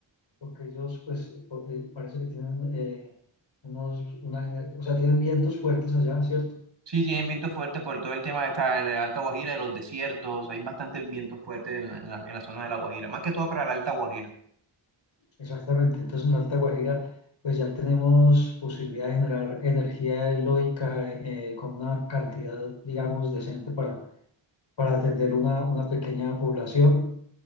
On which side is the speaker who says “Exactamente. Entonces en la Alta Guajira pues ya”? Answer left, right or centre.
Left